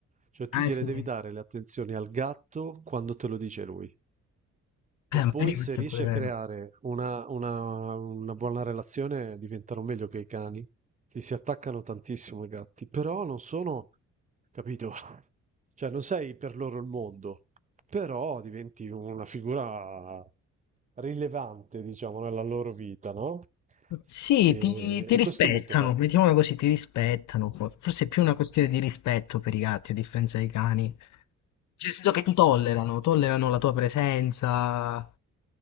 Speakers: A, on the right (about 25°); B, on the left (about 75°).
A: cioè tu
B: Eh
A: gliele
B: sì.
A: devi dare le attenzioni al gatto quando te lo dice lui. E
B: Eh,
A: poi
B: magari questo
A: se riesci
B: è pure vero.
A: a creare una, una- una buona relazione, diventano meglio che i cani. Ti si attaccano tantissimo i gatti, però non sono, capito? <laughs> Cioè non sei per loro il mondo, però diventi una figura rilevante, diciamo, nella loro vita, no?
B: Sì,
A: E,
B: ti, ti
A: e
B: rispettano,
A: questo è molto bello.
B: mettiamola così, ti rispettano. for- Forse è più una questione di rispetto per i gatti, a differenza dei cani. Cioè, nel senso che ti tollerano, tollerano la tua presenza.